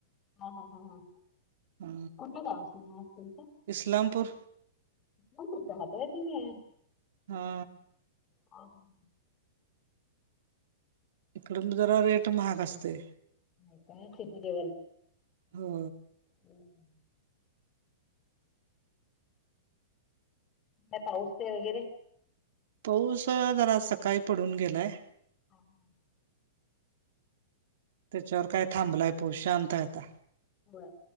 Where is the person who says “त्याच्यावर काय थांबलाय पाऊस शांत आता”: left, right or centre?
Right